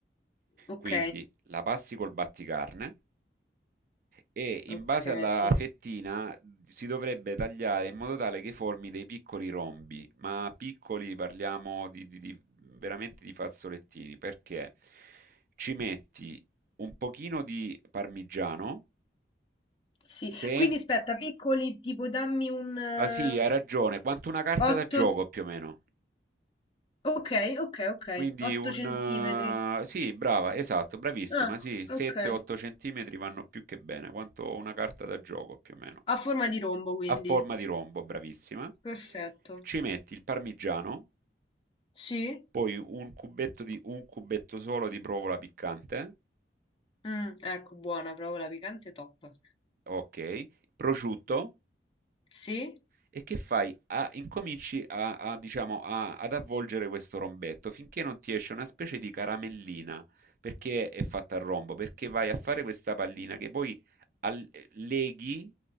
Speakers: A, on the left (about 30°); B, on the right (about 50°).
A: ok,
B: Quindi la passi col batticarne e in
A: ok,
B: base alla
A: sì,
B: fettina si dovrebbe tagliare in modo tale che formi dei piccoli rombi, ma piccoli parliamo di, di- di- veramente di fazzolettini, perché ci metti un pochino di parmigiano,
A: sì.
B: se...
A: Quindi aspetta, piccoli, tipo dammi un
B: Ah sì, hai ragione, quanto una carta
A: 8,
B: da gioco più o meno.
A: Okay, okay, okay.
B: Quindi
A: 8
B: un...
A: centimetri.
B: eh, sì, brava, esatto, bravissima,
A: Ah,
B: sì, 7-8
A: okay.
B: centimetri vanno più che bene, quanto una carta da gioco più o meno.
A: Ha forma di rombo quindi.
B: a forma di rombo, bravissima.
A: Perfetto.
B: Ci metti il parmigiano,
A: Sì?
B: poi un cubetto di, un cubetto solo di provola piccante,
A: Mh, ecco buona, proprio la piccante top.
B: ok, prosciutto,
A: Sì?
B: E che fai? A- incominci a, a, diciamo, a- ad avvolgere questo rombetto finché non ti esce una specie di caramellina, perché è fatta a rombo, perché vai a fare questa pallina che poi al- leghi